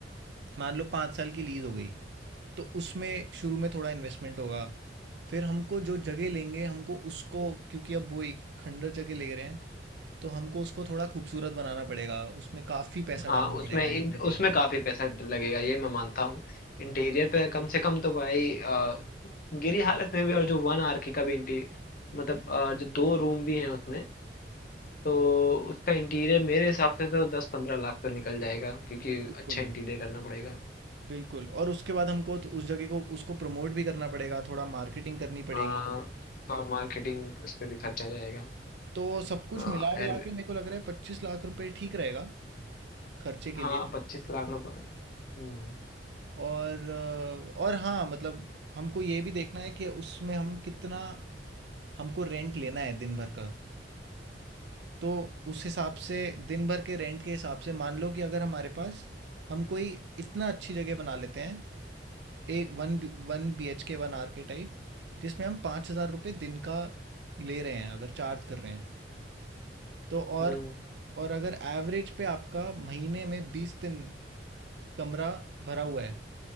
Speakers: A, on the right (about 65°); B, on the left (about 50°).
A: मान लो पाँच साल की लीज़ हो गई तो उसमें शुरू में थोड़ा इन्वेस्टमेंट होगा फिर हमको जो जगह लेंगे हमको उसको क्योंकि अब वो एक खंडर जगह ले रहे हैं तो हमको उसको थोड़ा खूबसूरत बनाना पड़ेगा उसमें काफ़ी पैसा
B: हाँ
A: डालना
B: उसमें
A: पड़ेगा
B: इन
A: इंटीरियर
B: उसमें
A: पे
B: काफ़ी पैसा लगेगा ये मैं मानता हूँ इंटीरियर पे कम से कम तो भाई अ, गिरी हालत में भी और जो वन आर के का भी इंटीरियर मतलब अ, जो दो रूम भी हैं उसमें तो उसका इंटीरियर मेरे हिसाब से तो दस पंद्रह लाख तो निकल जाएगा क्योंकि
A: बिल्कुल
B: अच्छा इंटीरियर करना पड़ेगा
A: बिल्कुल और उसके बाद हमको तो उस जगह को उसको प्रमोट भी करना पड़ेगा थोड़ा मार्केटिंग करनी पड़ेगी
B: हाँ थोड़ा मार्केटिंग उस पे भी खर्चा जाएगा
A: तो सब कुछ
B: एयर
A: मिला विला के मेरे को लग रहा है पच्चीस लाख रुपए ठीक रहेगा खर्चे
B: हाँ
A: के लिए
B: पच्चीस लाख रुपए हम्म
A: और अ, और हाँ मतलब हमको ये भी देखना है कि उसमें हम कितना हमको रेंट लेना है दिन भर का तो उस हिसाब से दिन भर के रेंट के हिसाब से मान लो कि अगर हमारे पास हम कोई इतना अच्छी जगह बना लेते हैं एक one one B H K one R K type जिसमें हम पाँच हज़ार रुपये दिन का ले रहे हैं अगर चार्ज कर रहे हैं तो और
B: हम्म
A: और अगर एवरेज पे आपका महीने में बीस दिन कमरा भरा हुआ है